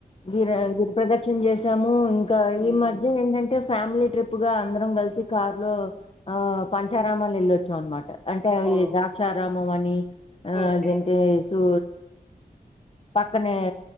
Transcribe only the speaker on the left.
గిర గిరి ప్రదక్షణ చేసాము ఇంకా
ఈ మధ్య ఏంటంటే ఫ్యామిలీ ట్రిప్ గా అందరం కలిసి కారు లో ఆ పంచారామాలు వెళ్ళొచ్చుం అనమాట అంటే
ద్రాక్షారామం అని ఆ
అదంతే సూ పక్కనే